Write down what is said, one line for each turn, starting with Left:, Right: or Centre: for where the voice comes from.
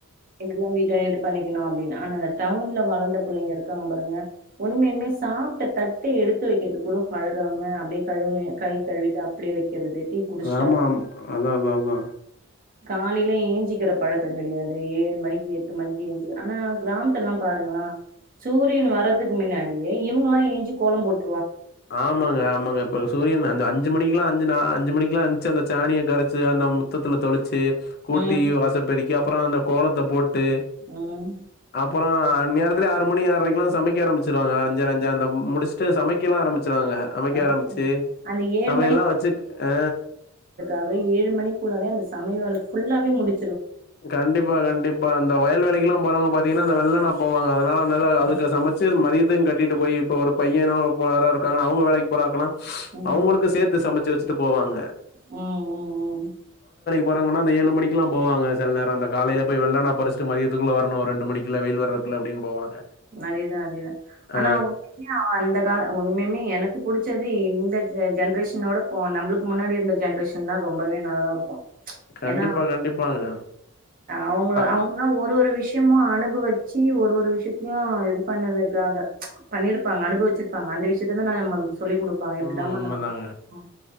Right: எங்கெல்லா வீட்ட இது பண்ணிக்கணும் அப்படின்னு ஆனா அந்த டவுன்ல வளந்த புள்ளைங்க இருக்காங்க பாருங்க உண்மையுமே சாப்ட்ட தட்ட எடுத்து வைக்கிறது கூட பழகாம அப்டியே கழுவு கை கழுவிட்டு அப்டி வைக்கிறது டீ குடிச்சுட்டா
Left: ஆமா ஆமா அதா அதா அதா
Right: காலையில ஏஞ்சிக்கிற பழக்கம் கெடயாது ஏழு மணிக்கு எட்டு மணிக்கு ஏஞ்சி ஆனா கிராமத்துல்லா பாருங்க சூரியன் வர்றதுக்கு மின்னாடியே இவங்கல்லா ஏஞ்சி கோலம் போட்
Left: ஆமாங்க ஆமாங்க இப்ப சூரியன் அந்த அஞ்சு மணிக்கலா அஞ்சு அஞ்சு மணிக்குலா எந்துச்சு அந்த சாணிய கரச்சு அந்த முத்தத்தில தொளிச்சு கூட்டி
Right: ம்
Left: வாசப்பெருக்கி அப்புற அந்த கோலத்தை போட் டு
Right: ம்
Left: அப் அப்புற அந்நேரத்துலே ஆறு மணி ஆறைக்குலா சமைக்க ஆரம்பிச்சிருவாங்க அஞ்சறை அஞ்சு அந்த முடிச்சுட்டு சமைக்கலா ஆரம் சிருவாங்க சமைக்க
Right: ஆ
Left: ஆரம்பிச்சு
Right: அந்த ஏழு
Left: சமையல்லா வச்சு ஆ
Right: ஆக ஏழு மணிக்குள்ளரை அந்த சமயல் வேல புல்லாவே முடித்து
Left: கண்டிப்பா கண்டிப்பா இந்த வயல் வேலக்குலா போறவங்க பாத்தீங்கனா அந்த வெள்ளனா போவாங்க அது அதனால அந்த
Right: ம்
Left: அதுக்கு சமச்சு மதியதுக்கு கட்டிட்டு போய் இப்ப ஒரு பையனு யாரோ இருக்காங்கா அவங்க வேலைக்கு போறாங்கனா
Right: ம்
Left: அவங்களுக்கு சேத்து சமச்சு வச்சுட்டு போவாங்க
Right: ம் ம்ம் ம்ம்
Left: போறங்கன்னா அந்த ஏழு மணிக்கெல்லா போவாங்க சில நேர அந்த காலயில போய் வெள்ளன பறிச்சிட்டு மதியத்துக்குள்ள வரனும் ரெண்டு மணிக்குள்ள வெயில் வரதுக்குள்ள அப்டின்னு போவாங்க
Right: அதேதா அதேதா
Left: ஆ
Right: ஆனா உண்மே அந்த கால உண்மயுமே எனக்கு புடிச்சது இந்த ஜென்ரேஷனோட போ நம்ளுக்கு முன்னாடி இருந்த ஜென்ரேஷன் தா ரொம்பவே நல்லாருக்கும்
Left: கண்டிப்பா,
Right: என்னா
Left: கண்டிப்பாங்க.
Right: அவங்க
Left: ப
Right: அவங்களா ஒரு ஒரு விஷ் கிமோ அனுபவிச்சு ஒரு ஒரு விஷயத் தியு இது பண்ணதுக்காக பண்ணிருப்பாங்க அனுபவிச்சிருப்பாங்க அந்த விஷயத்ததா நம்மல்கு சொல்லி்க் குடுப்பாங்க இப்டித்தான்மா
Left: உண்ம, உண்மதாங்க.
Right: நானு அ